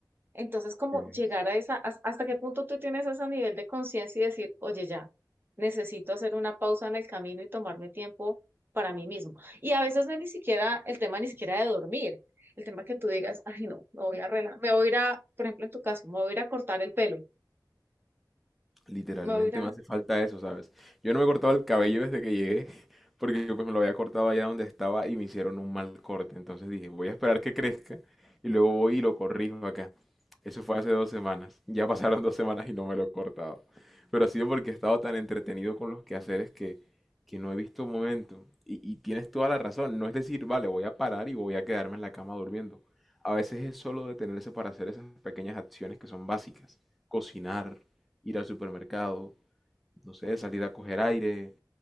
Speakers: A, on the right; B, in the centre.
A: Entonces, como
B: Tienes
A: llegar a esa, has- hasta qué punto tú tienes ese nivel de conciencia y decir, oye, ya, necesito hacer una pausa en el camino y tomarme tiempo para mí mismo. Y a veces no es ni siquiera el tema ni siquiera de dormir, el tema que tú digas, ay, no, me voy a arreglar, me voy a ir a, por ejemplo, en tu caso, me voy a ir a cortar el pelo,
B: Literalmente
A: me voy a ir a...
B: me hace falta eso, ¿sabes? Yo no me he cortado el cabello desde que llegué, <laughs> porque pues me lo había cortado allá donde estaba y me hicieron un mal corte. Entonces dije, voy a esperar que crezca y luego voy y lo corrijo acá. Eso fue hace dos semanas. Ya pasaron dos semanas y no me lo he cortado. Pero ha sido porque he estado tan entretenido con los quehaceres que, que no he visto un momento. Y, y tienes toda la razón. No es decir, vale, voy a parar y voy a quedarme en la cama durmiendo. A veces es solo detenerse para hacer esas pequeñas acciones que son básicas. Cocinar ir al supermercado, no sé, salir a coger aire,